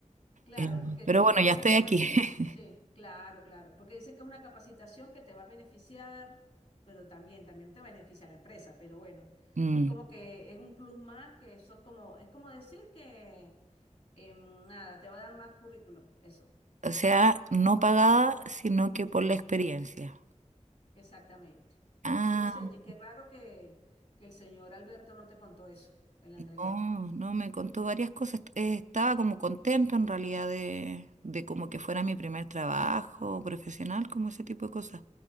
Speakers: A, on the left; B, on the right.
A: Claro,
B: Eh,
A: porque
B: pero
A: dicen
B: bueno,
A: que
B: ya
A: es una
B: estoy
A: capacitación,
B: aquí. <laughs>
A: sí, claro, claro, porque dicen que es una capacitación que te va a beneficiar, pero también, también te beneficia a la empresa, pero bueno,
B: Mm,
A: es como que es un plus más que eso es como, es como decir que em, nada, te va a dar más currículum, eso,
B: O sea, no pagada, sino que por la experiencia.
A: exactamente.
B: Ah,
A: Yo no sé, ye- qué raro que, que el señor Alberto no te contó eso en la
B: no,
A: entrevista.
B: no, me contó varias cosas. Eh, estaba como contento en realidad de, de como que fuera mi primer trabajo profesional, como ese tipo de cosas.